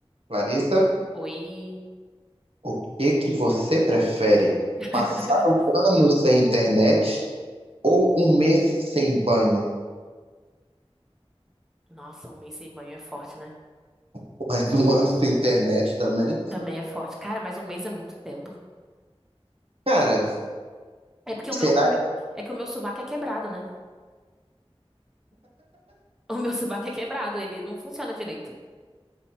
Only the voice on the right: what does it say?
Clarissa,
o que que você prefere?
Passar um ano sem internet ou um mês sem banho?
<laughs> Mas um ano sem internet também?
Cara,
será?